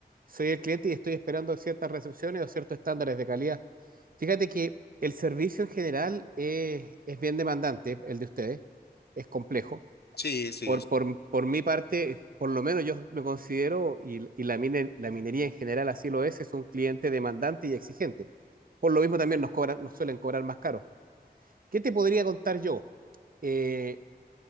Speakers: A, on the right; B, on the left.
A: soy el cliente y estoy esperando ciertas recepciones o ciertos estándares de calidad. Fíjate que el servicio en general es, es bien demandante, el de ustedes, es complejo.
B: Sí, sí.
A: Por,
B: sí.
A: por, por mi parte, por lo menos yo me considero, y, y la, mine- la minería en general así lo es, es un cliente demandante y exigente. Por lo mismo también nos cobran, nos suelen cobrar más caro. ¿Qué te podría contar yo? Eh,